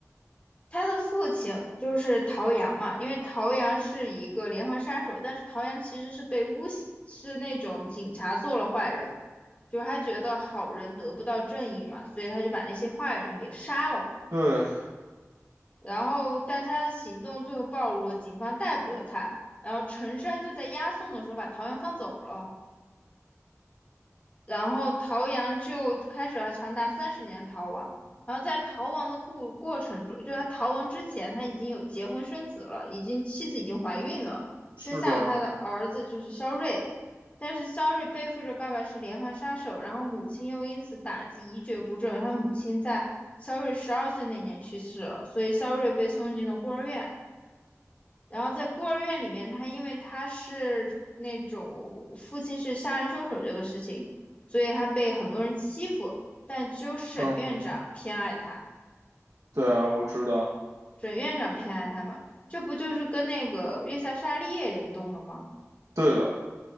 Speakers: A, on the left; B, on the right.
A: 他的父亲就是陶阳嘛，因为陶阳是一个连环杀手，但是陶阳其实是被诬是那种警察做了坏人，就是他觉得好人得不到正义嘛，所以他就把那些坏人给杀了。
B: 对，
A: 然后，但是他的行动最后暴露了，警方逮捕了他。然后陈山就在押送的时候把陶阳放走了。然后陶阳就开始了长达三十年的逃亡，然后在逃亡的过过程中，就他逃亡之前，他已经有结婚生子了，已经妻子已经怀孕了，生下了他的儿子就是肖瑞，
B: 是的，
A: 但是肖瑞背负着爸爸是连环杀手，然后母亲又因此打击一蹶不振，他母亲在肖瑞十二岁那年去世了，所以肖瑞被送进了孤儿院，然后在孤儿院里面，他因为他是那种父亲是杀人凶手这个事情，所以他被很多人欺负，但只有沈院长偏爱他，
B: 嗯哼，对啊，我知道，
A: 沈院长偏爱他嘛，这不就是跟那个月下沙利叶联动了吗？
B: 对的。